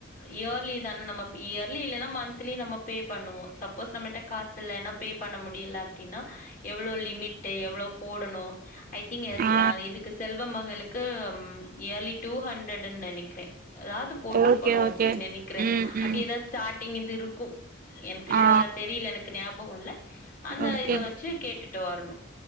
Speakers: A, on the left (about 45°); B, on the right (about 45°).
A: இயர்லி தான நம்ம இயர்லி இல்லன்னா மந்த்லி நம்ம ப்பே பண்ணுவோ சப்போஸ் நம்மிட்ட காசு இல்லன்னா ப்பே பண்ண முடியல அப்டினா எவ்ளோ லிமிட்டு எவ்ளோ போடணு ஐ திங்க் எஸ்
B: ஆ
A: இதுக்கு செல்வ மகளுக்கு இயர்லி டூ ஹண் ரெட்டுனு நெனைக்கிற ஏதாது போட்ருக்கணு
B: ஓகே ஓகே
A: அப்டின்னு நெனைக்கிறே
B: ம்
A: அப்டி
B: ம்
A: ஏதாவ ஸ்டார்ட் டிங்கது இருக்கு எனக்கு ஷுவோரா
B: ஆ
A: தெரியல எனக்கு ஞாபக இல்ல அந்த
B: ஓகே
A: வச்சு கேட்டுட்டு வரணு